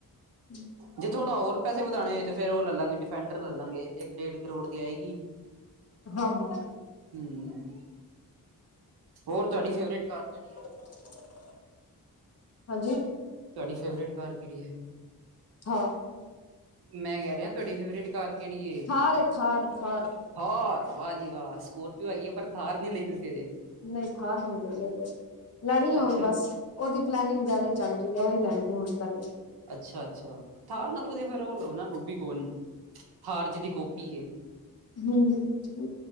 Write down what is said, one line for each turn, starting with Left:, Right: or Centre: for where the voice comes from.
Left: ਹਮ
Right: ਜੇ ਥੋੜਾ ਹੋਰ ਪੈਸੇ ਵਧਾਣੇ ਹੋਏ ਤੇ ਫੇਰ ਉਹ ਲੈ ਲਾਂਗੇ ਡਿਫੈਂਡਰ ਲੈ ਲਾਂਗੇ ਇੱਕ ਡੇਢ ਕਰੋੜ ਦੀ ਆਏਗੀ
Left: ਹਾਹੋ
Right: ਹਮ, ਹੋਰ ਤੁਹਾਡੀ ਫੇਵਰੇਟ ਕਾਰ ਕਿਹੜੀ ਐ
Left: <inaudible> ਹਾਂਜੀ
Right: ਤੁਹਾਡੀ ਫੇਵਰੇਟ ਕਾਰ ਕਿਹੜੀ ਐ
Left: ਥਾਰ
Right: ਮੈਂ ਕਹਿ ਰਿਹਾ ਤੁਹਾਡੀ ਫੇਵਰੇਟ ਕਾਰ ਕਿਹੜੀ ਏ
Left: ਥਾਰ ਏ ਥਾਰ ਥਾਰ
Right: ਥਾਰ, ਵਾਹ ਜੀ ਵਾਹ ਸਕੋਰਪੀਓ ਹੈਗੀ ਏ ਪਰ ਥਾਰ ਨਹੀਂ ਲਈ ਤੁਸੀਂ ਅਜੇ
Left: ਨਹੀਂ ਥਾਰ ਨਹੀਂ ਲਈ ਹਜੇ ਲੈਣੀ ਉਹ
Right: ਅੱਛਾ,
Left: ਵੀ ਬਸ ਉਹਦੀ ਪਲੈਨਿੰਗ ਜ਼ਿਆਦਾ ਹੀ ਚੱਲ ਰਹੀ ਹੈ ਉਹੀ ਲੈਣੀ ਹੁਣ ਪਹਿਲੇ
Right: ਅੱਛਾ -ਅੱਛਾ ਥਾਰ ਨਾਲੋ ਵਧੀਆ ਫੇਰ ਉਹ ਲਓ ਨਾ ਰੂਬੀਕੋਣ ਥਾਰ ਜਿਹਦੀ ਕੋਪੀ ਏ
Left: ਹਮ